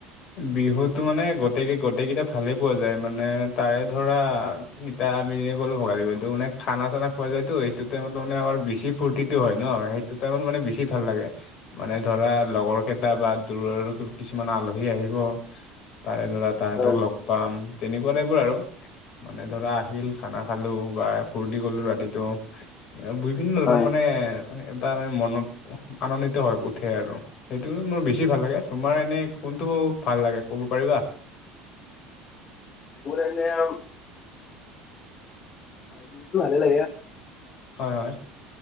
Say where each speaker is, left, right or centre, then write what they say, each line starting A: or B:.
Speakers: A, on the left; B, on the left.
A: বিহুতো মানে, গতিকে গোটেইকেইটা ভালেই পোৱা যায় মানে তাৰে ধৰা এতিয়া আমি যেনেকে ক'লোঁ ভোগালী বিহুটো মানে, খানা-চানা খোৱা যায়তো, সেইটো টাইমত মানে আমাৰ বেছি ফূৰ্তিটো হয় ন, সেইটো টাইমত মানে বেছি ভাল লাগে। মানে ধৰা লগৰ কেইটা বা দূৰৰ কিছুমান আল হী আহিব, তাৰে দৰা তাহাতক
B: হয়,
A: লগ পাম, তেনেকুৱা টাইপৰ আৰু। মানে ধৰা আহিল খানা খালো বা ফূৰ্তি কৰিলোঁ ৰাতিটো। বিভিন্ন ধৰণৰ
B: হয়
A: মানে, এটা মানে মনত আনন্দিত হৈ উঠে আৰু সেইটো মোৰ বেছি ভাল লাগে। তোমাৰ এনে কোনটো ভাল লাগে ক'ব পাৰিবা?
B: মোৰ এনে আও, <unintelligible> মানে
A: হয় হয়